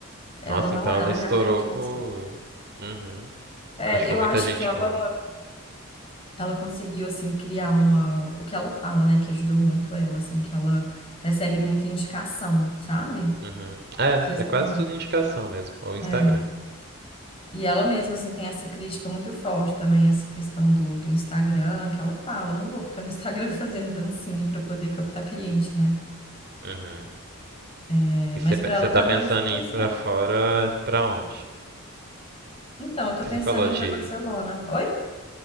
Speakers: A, on the left (about 25°); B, on the right (about 50°).
A: Ela
B: Nossa,
A: não,
B: então
A: ela
B: ela estourou
A: realmente conseguiu.
B: por. Uhum.
A: É,
B: Achou
A: eu
B: muita
A: acho
B: gente
A: que ela,
B: boa.
A: ela conseguiu, assim, criar uma... O que ela fala, né? Que ajudou muito ela, assim, que ela recebe muita indicação, sabe?
B: Uhum. É,
A: Que, assim,
B: é quase tudo indicação mesmo. Ou Instagram.
A: é. E ela mesma, assim, tem essa crítica muito forte também, essa questão do, do Instagram, que ela fala, não vou ficar no Instagram <laughs> fazendo dancinha para poder captar cliente, né?
B: Uhum.
A: É,
B: E
A: mas
B: você
A: para ela tá
B: tá
A: dando
B: pensando
A: super
B: em ir
A: certo.
B: pra fora pra onde?
A: Então, eu tô
B: Que
A: pensando
B: você falou
A: em
B: de.
A: ir para Barcelona. Oi?